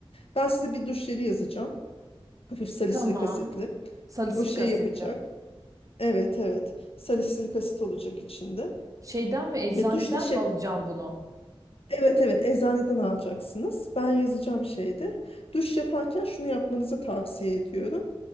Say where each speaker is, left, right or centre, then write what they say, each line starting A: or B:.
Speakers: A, on the left; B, on the right.
A: Ben size bir duş jeli yazacağım. Hafif salisilik
B: Tamam.
A: asitli.
B: Salisilik
A: O şey
B: asitli.
A: yapacak. Evet evet. Salisilik asit olacak içinde.
B: Şeyden mi, eczaneden
A: Ve duş da şey.
B: mi alacağım bunu?
A: Evet evet eczaneden alacaksınız. Ben yazacağım şeyde. Duş yaparken şunu yapmanızı tavsiye ediyorum.